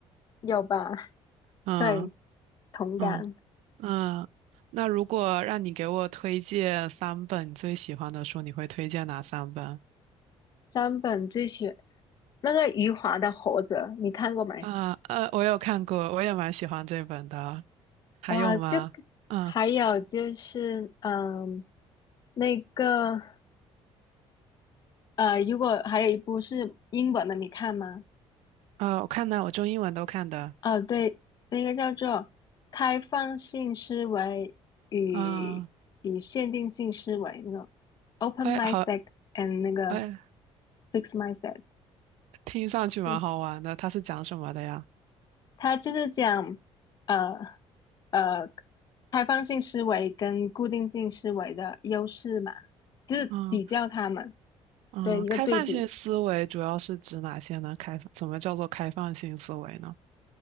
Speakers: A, on the left (about 35°); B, on the right (about 80°).
A: 有吧？<laughs>
B: 嗯
A: 对，同感。
B: 嗯嗯。那如果让你给我推荐三本你最喜欢的书，你会推荐哪三本？
A: 三本最喜那个余华的《活着》，你看过没？
B: 啊呃，我有看过，我也蛮喜欢这本的。还有吗？
A: 哇，就
B: 嗯
A: 还有就是，嗯，那个呃，如果还有一部是英文的，你看吗？
B: 啊，我看呢，我中英文都看的。
A: 哦，对，那个叫做《开放性思维与与限定性思维》那个
B: 啊，
A: Open
B: 哎，
A: Mindset
B: 好，
A: and 那个
B: 哎，
A: Fixed Mindset。
B: 听上去蛮好玩的。
A: 对，
B: 它是讲什么的呀？
A: 它就是讲呃呃开放性思维跟固定性思维的优势嘛，就是比较它们，
B: 嗯嗯，
A: 对，一个对比。
B: 开放性思维主要是指哪些呢？开放，怎么叫做开放性思维呢？